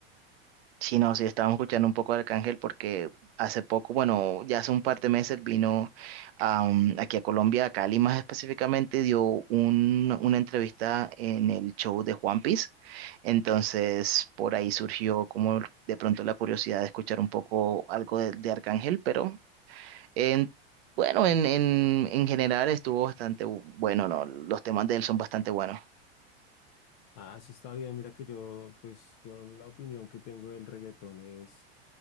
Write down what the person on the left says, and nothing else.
Ah, eso está bien. Mira que yo, pues yo la opinión que tengo del reggaetón es